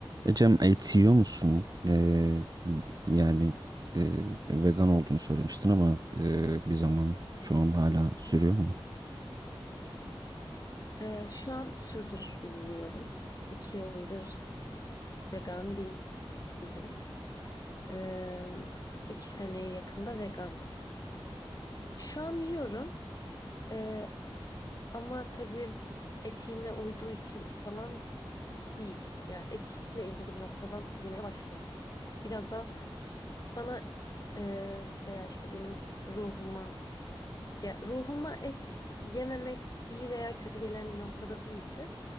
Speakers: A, on the right (about 45°); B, on the left (about 40°).
A: Ecem et yiyor musun? Ee, yani e, vegan olduğunu söylemiştin ama e, bir zaman şu an hala sürüyor mu?
B: Ee, şu an sürdürmüyorum. İki yıldır vegan değilim. Ee, iki seneye yakında vegandım. Şu an yiyorum. Ee, ama tabii etiğime uyduğu için falan değil. Yani etikle ilgili bir noktadan yemeye başlamadım. Biraz da bana e, veya işte benim ruhuma Ya ruhuma et yememek iyi veya kötü gelen bir noktada değildi.